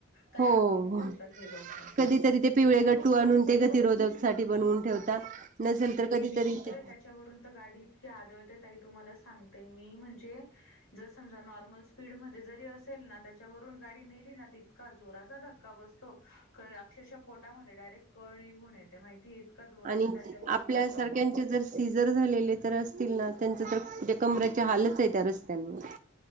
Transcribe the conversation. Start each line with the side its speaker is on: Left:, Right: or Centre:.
Left: तयार
Right: हो
Left: करून ठेवतात हे लोक.
Right: कधीतरी ते पिवळे गटू आणून ते गतरोधक सा बनवून ठेवता नसेल तर. कधीतरी
Left: की विचित्र
Right: ते
Left: आहे त्याच्यावरून तर गाडी इतकी आदळते, तुम्हाला सांगते. ते मी मनजे जस समजा नॉर्मल स्पीडमध्ये असेल. त्याच्या वरून जर गाडी नेली ना तितका जोराचा धक्का बसतो. अक्षरशः पोटामध्ये डायरेक्ट कळ निघून येते. माहितीेत का जोराचा
Right: आणि
Left: त्याच्यावरून
Right: आपल्यासारख्यांचे
Left: धक्का बसतो.
Right: जर सीझर झालेले तर असतील ना. त्यांच तरे कमरच्या हालच आहे त्या रस्त्यांमध्ये